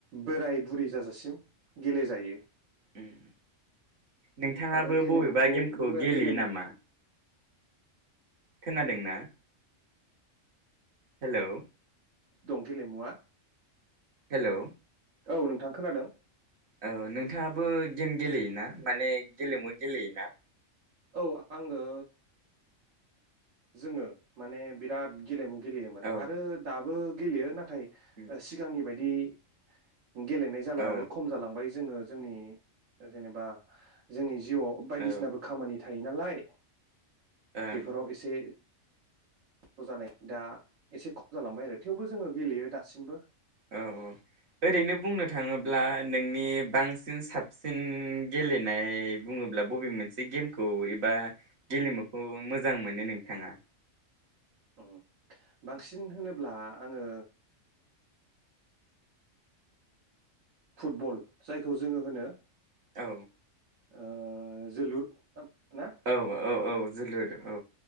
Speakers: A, on the right; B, on the right.
A: बोराय बुरै जाजासिम गेलेेजायो
B: उम नोंथाङाबो
A: आरो गेलेमुखौ
B: बबेबा गेमखौ गेलेयो
A: गेलेमु
B: नामा खोनादोंना हेल'
A: दं गेलेमुआ
B: हेल'
A: औ नोंथां खोनादों
B: औ नोंथाङाबो गेम गेलेयोना माने गेलेमु गेलेयोना
A: औ आङो जोङो माने बिराद गेलेमु गेलेयोमोन
B: औ
A: आरो दाबो गेलेयो ना नाथाय
B: उम
A: सिगांनि बायदि बि गेलेनाय जाला
B: औ
A: आरो खम जालांबाय जोङो जोंनि जेनेबा जोंनि जिउआव बायदिसिनाबो
B: औ
A: खामानि थायो नालाय
B: ओं
A: बेफोराव इसे खस्थ' जानाय दा एसे खम जालांबाय आरो थेवबो जोङो गेलेयो दासिमबो।
B: औ औ ओरैनो बुंनो थाङोब्ला नोंनि बांसिन साबसिन गेलेनाय बुङोब्ला बबे मोनसे गेमखौ एबा गेलेमुखौ मोजां मोनो नोंथाङा?
A: अ बांसिन होनोब्ला आङो फुटबल जायखौ जोङो होनो
B: औ
A: ओ जोलुर ना?
B: औ औ औ जोलुर औ